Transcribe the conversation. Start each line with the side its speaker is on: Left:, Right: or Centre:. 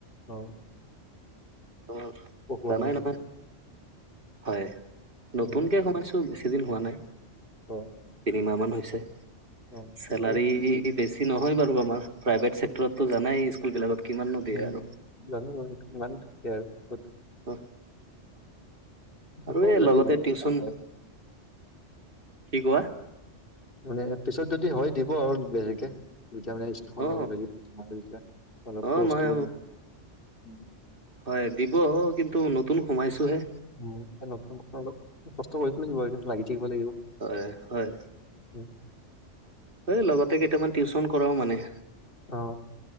Left: অ
Right: উম,
Left: অ হোৱা
Right: জানাই
Left: নেকি
Right: নহয় হয়। নতুনকে
Left: উম
Right: সোমাইছো ও বেছি দিন হোৱা নাই,
Left: অ
Right: তিনিমাহ মান হৈছে
Left: অ
Right: চেলাৰী
Left: ঠিকেই
Right: ই বেছি নহয় বাৰু আমাৰ প্ৰাইভেট চেক্টৰতটো জানাই স্কুল বিলাকত কিমাননো দিয়ে
Left: উম
Right: আৰু
Left: জানো জানো ইমান ঠিকে আৰু ত-
Right: অ
Left: দিব
Right: আৰু এই
Left: যদি
Right: লগতে
Left: লাগি থকা
Right: টিউচন
Left: হয়
Right: কি কোৱা?
Left: মানে, পিছত যদি হয় দিব আৰু দেৰিকে যেতিয়া মানে অনলাইনত
Right: অ
Left: লাগিব তোমাৰ এতিয়া অলপ
Right: অ
Left: পষ্টটোৱো
Right: মই
Left: মানে উম
Right: হয় দিব কিন্তু নতুন সোমাইছোহে।
Left: উম এতিয়া নতুনকৈ অলপ কষ্ট কৰি লাগিব আৰু এতিয়া লাগি থাকিব লাগিব
Right: হয়, হয়।
Left: উম।
Right: এই লগতে কেইটামান, টিউচন কৰাও মানে।
Left: অহ।